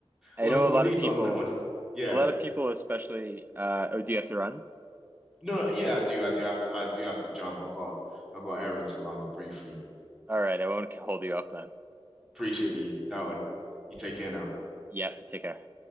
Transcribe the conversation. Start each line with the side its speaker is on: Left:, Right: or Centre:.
Right: I
Centre: We'll
Right: know a
Centre: we'll
Right: lot
Centre: leave
Right: of people,
Centre: it on that one. Yeah.
Right: a lot of people, especially. Uh, oh, do you have to run?
Centre: No, no, yeah, I do. I do have to. I do have to jump. I've got. I've got an errand to run briefly.
Right: All right, I won't hold you up then.
Centre: Appreciate you, that one. You take care now.
Right: Yeah, take care.